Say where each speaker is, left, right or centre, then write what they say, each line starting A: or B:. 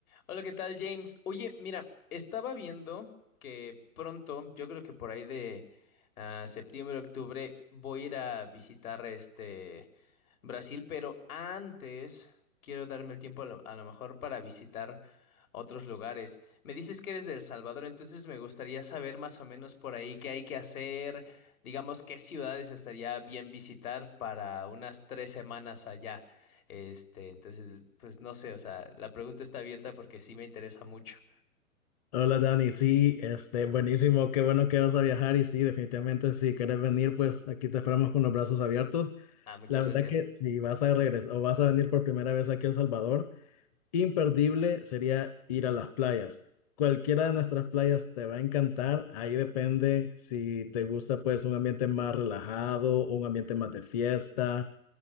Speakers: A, on the left (about 70°); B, on the left (about 25°).
A: Hola, ¿qué tal, James? Oye, mira, estaba viendo que pronto, yo creo que por ahí de ah, septiembre, octubre, voy a ir a visitar este Brasil, pero antes quiero darme el tiempo a lo, a lo mejor para visitar otros lugares. Me dices que eres de El Salvador, entonces me gustaría saber más o menos por ahí qué hay que hacer, digamos, qué ciudades estaría bien visitar para unas tres semanas allá. Este, entonces, pues no sé, o sea, la pregunta está abierta porque sí me interesa mucho.
B: Hola Dani, sí, este, buenísimo, qué bueno que vas a viajar y sí, definitivamente si quieres venir, pues aquí te esperamos con los brazos abiertos.
A: Ah, muchas
B: La verdad
A: gracias.
B: que si vas a regresar o vas a venir por primera vez aquí a El Salvador, imperdible sería ir a las playas. Cualquiera de nuestras playas te va a encantar, ahí depende si te gusta pues un ambiente más relajado, o un ambiente más de fiesta